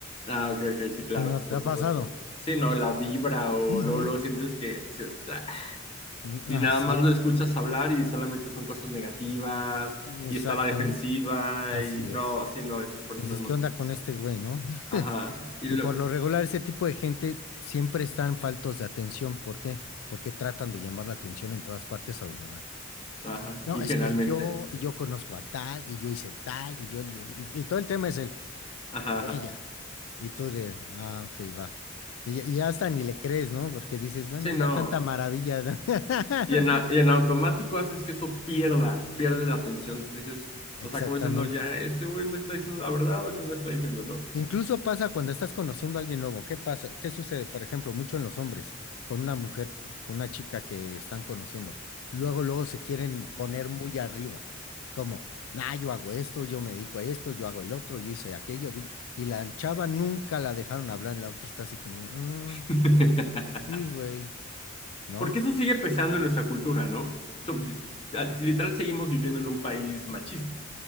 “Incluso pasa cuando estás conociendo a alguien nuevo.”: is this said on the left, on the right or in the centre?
Left